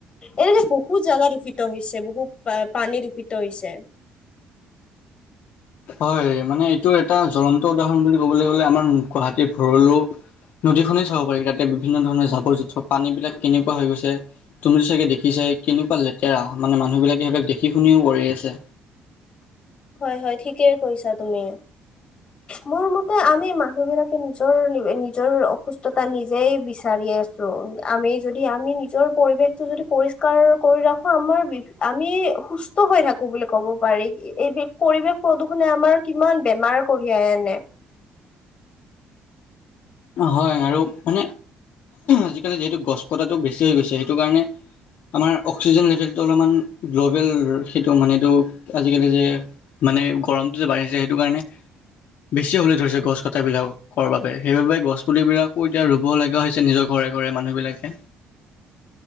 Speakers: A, on the left; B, on the left.
A: এনে বহুত জাগা দূষিত হৈছে, বহুত পা পানী দূষিত হৈছে।
B: হয়, মানে এইটোৰ এটা জ্বলন্ত উদাহৰণ বুলি ক'বলৈ গলে আমাৰ গুৱাহাটীৰ ভৰলো নদী খনে চাব পাৰি, তাতে বিভিন্ন ধৰণৰ জাবৰ-জোঁথৰ পানীবিলাক কেনেকুৱা হৈ গৈছে, তুমি চাগে দেখিছাই, কেনেকুৱা লেতেৰা! মানে মানুহবিলাকে সেইবিলাক দেখি-শুনিও কৰি আছে।
A: হয়-হয় ঠিকেই কৈছা তুমি। মোৰ মতে আমি মানুহবিলাকে নিজৰ নিজৰ অসুস্থতা নিজেই বিচাৰি আছো। আমি যদি আমি নিজৰ পৰিৱেশটো যদি পৰিষ্কাৰ কৰি ৰাখো আমাৰ বি আমি সুস্থ হৈ থাকো বুলি কব পাৰি, এইবি পৰিৱেশ প্ৰদূষণে আমাৰ কিমান বেমাৰ কঢ়িয়াই আনে।
B: হয় আৰু মানে আজিকালি যিহেতু গছ কটাটো বেছি বেছি হৈ গৈছে, সেইটো কাৰণে আমাৰ অক্সিজেন লেভেলটো অলপমান গ্ল'বেল সেইটো মানে এইটো আজিকালি যে মানে গৰমটো যে বাঢ়িছে, সেইটো কাৰণে বেছি হ'বলৈ ধৰিছে গছ কটাবিলাকৰ বাবে, সেইবাবে গছপুলিবিলাকো এতিয়া ৰুব লগা হৈছে নিজৰ ঘৰে-ঘৰে মানুহবিলাকে।